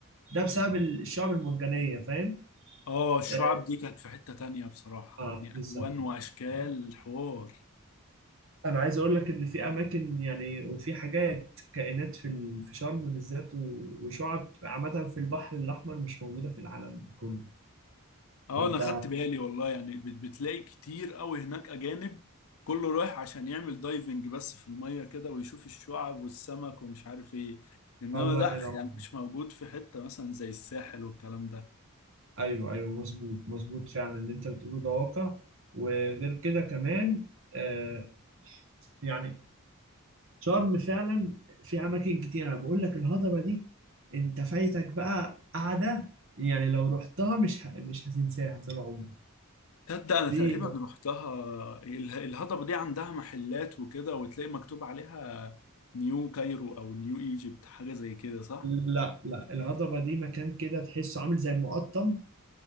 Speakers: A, on the right; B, on the left.
A: ده بسبب الشعب المرجانيه فاهم
B: اه الشعب
A: اه
B: دي كانت في حته تانية بصراحه
A: آه،
B: يعني
A: بالظبط
B: الوان واشكال
A: بقى، فاهم؟
B: حوار
A: انا عايز اقول لك ان في اماكن يعني وفي حاجات كائنات في ال- في شرم بالذات و- وشعب عامه في البحر الاحمر مش موجوده في العالم كله
B: اه
A: فانت
B: انا خدت بالي والله يعني بت- بتلاقي كتير قوي هناك اجانب كله رايح عشان يعمل دايفنج بس في المية كده ويشوف الشعب والسمك ومش عارف ايه انما
A: الله
B: ده
A: ينور
B: يعني مش موجود في حتة مثلا زي الساحل والكلام ده
A: ايوه ايوه مظبوط مظبوط فعلا اللي انت بتقوله ده واقع وغير كده كمان آه يعني شرم فعلا في اماكن كتير انا بقول لك الهضبه دي انت فايتك بقى قعده يعني لو رحتها مش ه... مش هتنساها طول عمرك
B: تصدق انا
A: في
B: تقريبا رحتها اله- الهضبة دي عندها محلات وكده وتلاقي مكتوب عليها نيو كايرو او نيو ايجيبت حاجة زي كده صح؟
A: لا لا الهضبه دي مكان كده تحسه عامل زي المقطم